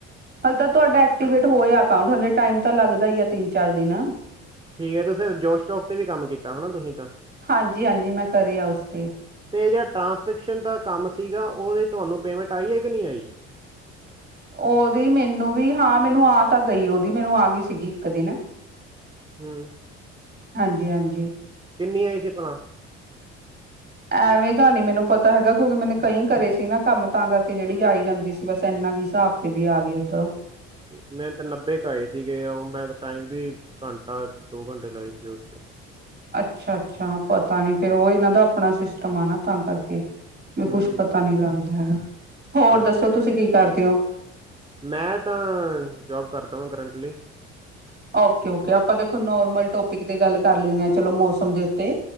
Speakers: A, on the right (about 30°); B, on the right (about 15°).
A: ਹਲੇ ਤਾਂ ਤੁਆਡਾ ਐਕਟੀਵੇਟ ਹੋਇਆ ਅਕਾਊਂਂਟ, ਹੱਲੇ ਟਾਈਮ ਤਾਂ ਲੱਗਦਾ ਈ ਆ ਤਿੰਨ-ਚਾਰ ਦਿਨ।
B: ਠੀਕ ਏ ਫਿਰ ਜੋਸ਼ਟਾਕ ਤੇ ਵੀ ਕੰਮ ਕੀਤਾ ਹੋਣਾ ਤੁਸੀਂ ਤਾ
A: ਹਾਂਜੀ ਹਾਂਜੀ ਮੈਂ ਕਰਿਆ ਉਸ ਤੇ
B: ਤੇ ਜੇੜਾ ਟੰਰਾਸਕ੍ਰਿਪਸ਼ਨ ਦਾ ਕੰਮ ਸੀਗਾ, ਉਹਦੀ ਤੁਹਾਨੂੰ ਪੇਮੈਂਟ ਆਈ ਏ‌ ਕੇ ਨਈ ਆਈ।
A: ਓਦੀ ਮੇਨੂੰ ਵੀ ਹਾਂ, ਮੇਨੂੰ ਆ ਤਾਂ ਗਈ ਓਦੀ ਮੇਨੂੰ ਆਗੀ ਸੀਗੀ ਇੱਕ ਦਿ ਨਾ।
B: ਹੂੰ।
A: ਹਾਂਜੀ-ਹਾਂਜੀ।
B: ਕਿੰਨੀ ਆਈ ਸੀ ਪਲਾ
A: ਐਵੇਂ ਤਾਂ ਨੀ ਮੇਨੂੰ ਪਤਾ ਹੈਗਾ ਕਿਉਂਕਿ ਮੇਨ ਕਈ ਕਰੇ ਸੀ ਨਾ ਕੰਮ ਤਾਂ ਕਰਕੇ ਜੇੜੀ ਆਈ ਜਾਂਦੀ ਸੀ, ਬਸ ਏਨਾ ਕੀ ਸਾਬ ਵੀ ਆ ਗਈ ਓਧਰੋਂ।
B: ਮੈਰੇ ਤੇ ਨੱਬੇ ਕ ਆਏ ਸੀਗੇ, ਓ ਮੈਂ ਤਾਂ ਟਾਈਮ ਵੀ ਕੰਟਾ-ਦੋ ਕੰਟੇ ਲਾਏ ਸੀ ਓਸਤੇ।
A: ਅੱਛਾ-ਅੱਛਾ ਪਤਾ ਨੀ ਫੇਰ ਓ ਏਨਾਂ ਦਾ ਅਪਣਾ ਸਿਸਟਮ ਆ ਨਾ ਤਾਂ ਕਰਕੇ। ਵੀ
B: ਹੂੰ
A: ਕੁੱਛ ਪਤਾ ਨੀ ਲੱਗਦਾ ਹੈਗਾ, ਹੋਰ
B: ਹੂੰ।
A: ਦੱਸੋ ਤੁਸੀਂ ਕੀ ਕਰਦੇ ਔ?
B: ਮੈਂ ਤਾਂ ਜੌਬ ਕਰਦਾ ਵਾਂ ਕਰੰਟਲੀ।
A: ਓਕੇ-ਓਕੇ, ਆਪਾਂ ਦੇਖੋ ਨੋਰਮਲ ਟੋਪਿਕ ਤੇ ਗੱਲ ਕਰ ਲੈਂਣੇ ਆ ਚਲੋ ਮੌਸਮ ਦੇ ਉੱਤੇ।